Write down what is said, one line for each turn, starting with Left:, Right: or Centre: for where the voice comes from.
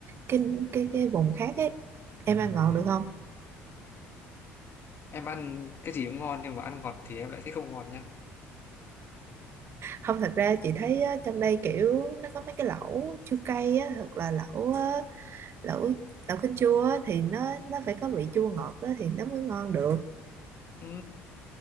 Right: cái cái cái vùng khác ấy em ăn
Left: Ừ.
Right: ngọt được không
Left: Em ăn cái gì cũng ngon nhưng mà ăn ngọt thì em lại thấy không ngon nha.
Right: không thật ra chị thấy ờ, trong đây kiểu nó có mấy cái lẩu chua cay á hoặc là lẩu ờ, lẩu lẩu kinh chua á, thì nó nó phải có vị chua ngọt đó thì nó mới ngon được Ừ.
Left: Ừ.